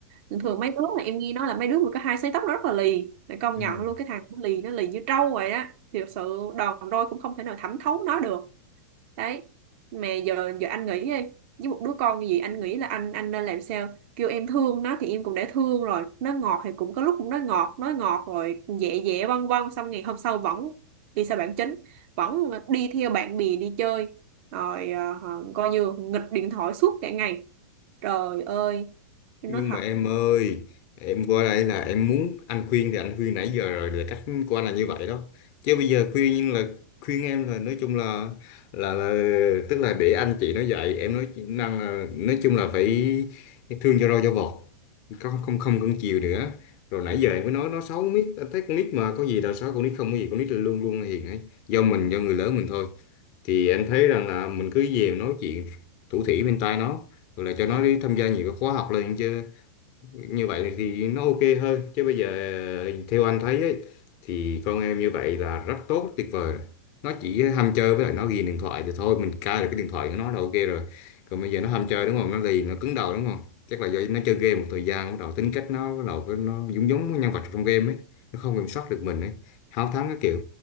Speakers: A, on the right (about 40°); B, on the left (about 35°).
A: thường thường mấy đứa mà em nghe nói là mấy đứa mà có hai sấy tóc nó rất là lì mày công
B: ừ.
A: nhận luôn cái thằng nó lì nó lì như trâu vậy á thì thật sự đòn roi cũng không thể nào thẩm thấu nó được đấy mà giờ giờ anh nghĩ đi với một đứa con như vậy anh nghĩ là anh anh nên làm sao kêu em thương nó thì em cũng đã thương rồi nó ngọt thì cũng có lúc cũng nói ngọt nói ngọt rồi dẹ dẹ vân vân xong ngày hôm sau vẫn đi xa bản chính vẫn đi theo bạn bè đi chơi rồi à, coi như nghịch điện thoại suốt cả ngày trời ơi em
B: nhưng
A: nói thật
B: mà em ơi em qua đây là em muốn anh khuyên thì anh khuyên nãy giờ rồi là cách của anh là như vậy đó chứ bây giờ khuyên nhưng là khuyên em là nói chung là là, là tức là để anh chị nó dạy em nói năng là nói chung là phải thương cho rau cho vọt không không không cưng chiều nữa rồi nãy giờ em mới nói nó xấu miết anh thấy con nít mà có gì là xấu con nít không có gì con nít là luôn luôn là hiền ấy do mình do người lớn mình thôi thì anh thấy rằng là mình cứ về nói chuyện thủ thỉ bên tai nó rồi là cho nó đi tham gia nhiều cái khóa học lên chứ như vậy thì nó ok hơn chứ bây giờ theo anh thấy ấy, thì con em như vậy là rất tốt tuyệt vời rồi nó chỉ ham chơi với lại nó ghiền điện thoại thì thôi mình cai được cái điện thoại của nó là ok rồi còn bây giờ nó ham chơi đúng không nó lì nó cứng đầu đúng không chắc là do nó chơi game một thời gian bắt đầu tính cách nó bắt đầu cái- nó giống giống với nhân vật trong game ấy nó không kiểm soát được mình ấy háo thắng các kiểu